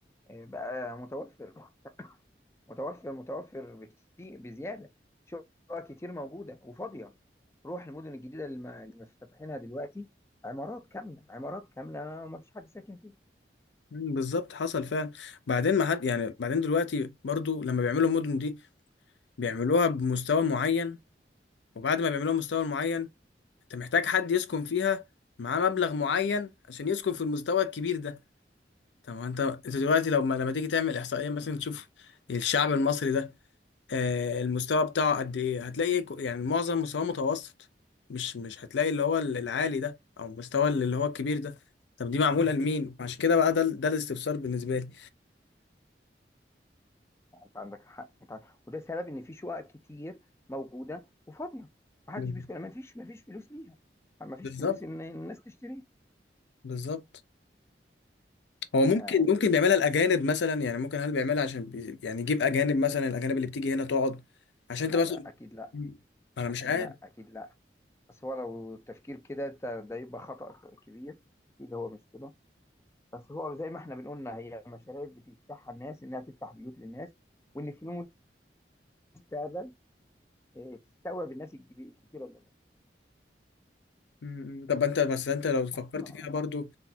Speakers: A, on the left; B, on the left.
A: آه، بقى متوفر متوفر متوفر بكتير بزياده شقق كتير موجوده وفاضيه روح المدن الجديده الم- اللي مفتتحينها دلوقتي عمارات كامله عمارات كامله وما فيش حد ساكن فيها
B: مم، بالظبط حصل فعلا بعدين ما حد يعني بعدين دلوقتي برضو لما بيعملوا المدن دي بيعملوها بمستوى معين وبعد ما بيعملوها بمستوى معين انت محتاج حد يسكن فيها معاه مبلغ معين عشان يسكن في المستوى الكبير ده طب ما انت انت دلوقتي لو ما... لما تيجي تعمل احصائيه مثلا تشوف الشعب المصري ده آه المستوى بتاعه قد ايه هتلاقي ك- يعني معظم مستواه متوسط مش مش هتلاقي اللي هو ال- العالي ده او المستوى اللي اللي هو الكبير ده طب دي معموله لمين عشان كده بقى ده ال- ده الاستفسار بالنسبه لي
A: انت عندك حق انت عن- وده سبب ان في شقق كتير موجوده وفاضيه ما حدش
B: بال-
A: بيسكن ما فيش ما فيش فلوس ليها ما فيش
B: بالظبط
A: فلوس ان الناس تشتريها
B: بالظبط هو
A: يعني
B: ممكن ممكن بيعملها الاجانب مثلا يعني ممكن هل بيعملها عشان بي... يعني يجيب اجانب مثلا الاجانب اللي بتيجي هنا تقعد عشان انت
A: لا
B: مثلا
A: اكيد لا
B: مم. انا
A: اكيد
B: مش عارف
A: لا اكيد لا بس هو لو التفكير كده ده ده يبقى خطأ كبير اكيد هو مش كده بس هو زي ما احنا بنقولنا هي مشاريع بتفتحها الناس انها تفتح بيوت للناس وان في المستقبل آه، تستوعب الناس الجب- الكتيره اللي موجوده
B: مم. طب انت بس انت لو فكرت
A: اصلا
B: فيها برضو